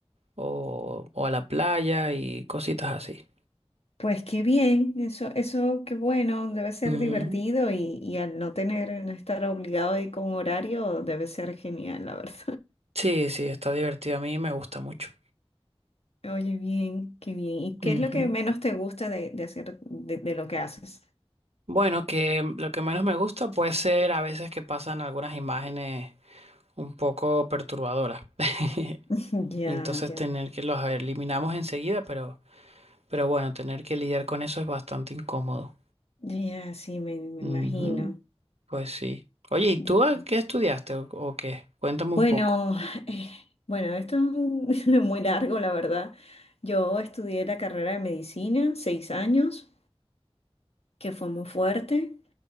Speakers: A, on the right; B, on the left.
A: o, o a la playa y cositas así.
B: Pues qué bien, eso, eso qué bueno, debe ser
A: Ujú.
B: divertido y, y al no tener, no estar obligado a ir con horario, debe ser genial, la verdad.
A: Sí, sí, está divertido a mí, me gusta mucho.
B: <laughs> Oye, bien, qué bien. ¿Y qué
A: Ujú.
B: es lo que menos te gusta de, de hacer, de, de lo que haces?
A: Bueno, que lo que menos me gusta puede ser a veces que pasan algunas imágenes un poco perturbadoras. <laughs>
B: <laughs> Ya,
A: Y entonces
B: ya,
A: tener que los eliminamos enseguida, pero, pero bueno, tener que lidiar con eso es bastante incómodo.
B: ya, sí, me, me
A: Ujú.
B: imagino.
A: Pues sí. Oye, ¿y
B: Dios.
A: tú a- qué estudiaste o, o qué? Cuéntame
B: Bueno,
A: un poco.
B: eh, bueno, esto es un- <laughs> muy largo, la verdad. Yo estudié la carrera de medicina, seis años, que fue muy fuerte.